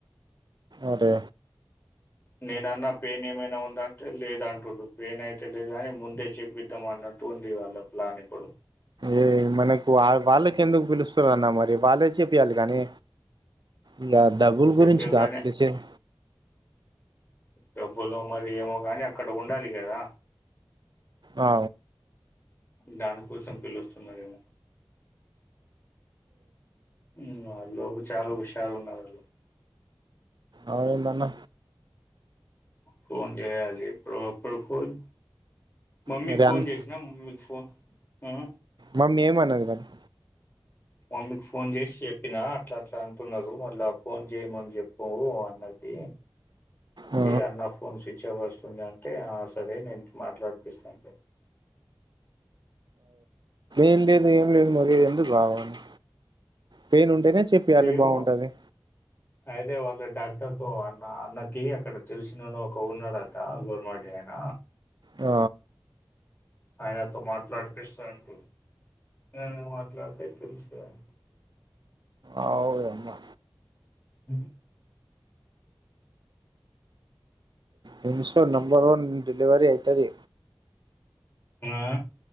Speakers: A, on the right; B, on the left.
A: అదే
B: నేనన్న పేన్ ఏమైనా ఉందా లేద అంటుడు పేనైతే లేదు కానీ ముందే చెపిద్దాం అన్నట్టు ఉండే వాళ్ళ ప్లానిప్పుడు
A: ఏ మనకు వా వాళ్ళకి ఎందుకు పిలుస్తారన్న మరి వాళ్ళే చెప్పయాలి కానీ ఇకా డబుల్
B: చెప్పారు
A: గురించి కాంపిటీషన్
B: కానీ డబ్బులు మరి ఏమో కానీ అక్కడ ఉండాలి కదా
A: అ
B: దాని కోసం పిలుస్తున్నారేమో హుమ్ వాళ్ళు చాలా హుషారు ఉన్నారు వాళ్ళు
A: అయి మన్న
B: ఫోన్ చేయాలి ఎప్పుడో అప్పుడు ఫోన్ మమ్మీకి
A: మరి
B: ఫోన్
A: అన్న
B: చేసినా మమ్మీకి ఫోన్ ఉ
A: మమ్మీ ఏమన్నది నన్ను
B: మమ్మీకి ఫోన్ చేసి చెప్పినా అట్లా అట్లా అంటున్నారు మల్లా ఫోన్ చేయమని చెప్పవు అన్నది అంటే
A: ఆ,
B: అన్న ఫోన్ స్విచ్ ఆఫ్ వస్తుంది అంటే ఆ సరే నేను మాట్లాడిపిస్తా అంట
A: ఎం లేదు ఏం లేదు మరి ఎందుకు ఆమెను పెయిన్ ఉంటేనే చెప్పయాలి
B: ఏవో
A: బాగుంటది
B: అదే వా డాక్టర్ తో అన్న అన్నకి అక్కడ తెలిసిన ఒక ఉన్నాడట గవర్మెంట్ ఆయన
A: ఆ
B: ఆయనతో మాట్లాడిపిస్తా అంటుండు మాట్లాడితే తెలుస్తాది
A: అవుదమ్మా
B: ఉ
A: నిమ్స్ లో నంబర్ వన్ డెలివరీ అవుతుది
B: ఆ